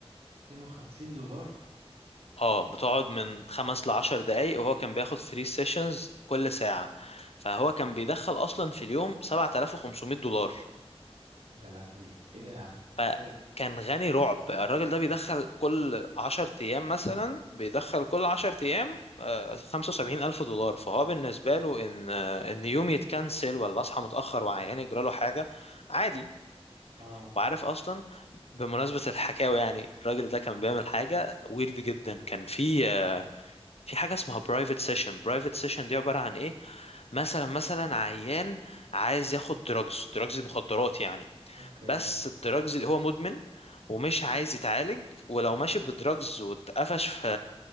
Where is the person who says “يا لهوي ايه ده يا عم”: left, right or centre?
Right